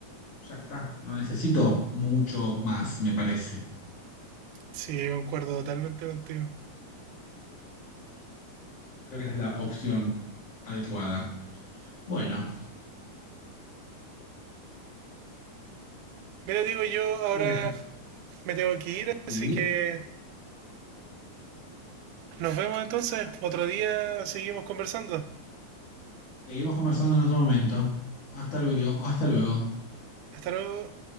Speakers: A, on the left (about 30°); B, on the right (about 85°).
A: ya está. No necesito mucho más, me parece.
B: Sí, concuerdo totalmente contigo.
A: Creo que esa es la opción adecuada. Bueno,
B: Mira, digo yo, ahora
A: creo que
B: me tengo que ir,
A: sí.
B: así que nos vemos entonces. Otro día seguimos conversando.
A: Seguimos conversando en otro momento. Hasta luego, hasta luego.
B: Hasta luego.